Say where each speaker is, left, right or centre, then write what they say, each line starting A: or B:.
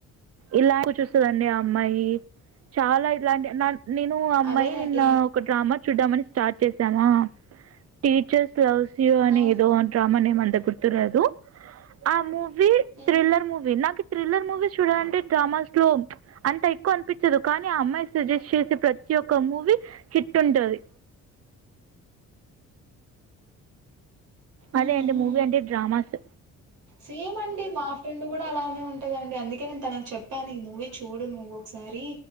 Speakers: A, on the right; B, on the right.
A: ఇలాకు చూస్తుదండి ఆ అమ్మాయి చాలా ఇలాంటి నేను ఆ అమ్మాయి
B: అదేనండి
A: నిన్న ఒక డ్రామా చూడమని స్టార్ట్ చేసామా టీచర్స్ <unintelligible> అని
B: ఆ,
A: ఏదో అంటా మనేమంత గుర్తురాదు ఆ మూవీ
B: ఉమ్,
A: థ్రిల్లర్ మూవీ నాకు థ్రిల్లర్ మూవీ చూడాలంటే డ్రామాస్ లో అంత ఎక్కువ అనిపిచ్చదు కానీ ఆ అమ్మాయి సజెస్ట్ చేసే ప్రతి ఒక్క మూవీ హిట్ ఉంటది
B: ఉహుం.
A: అదే అండి మూవీ అంటే డ్రామాస్
B: సేమ్ అండి మా ఫ్రెండ్ గూడా అలానే ఉంటదండి అందుకే నేను తనకు చెప్పాను ఈ మూవీ చూడు నువ్వు ఒకసా మరి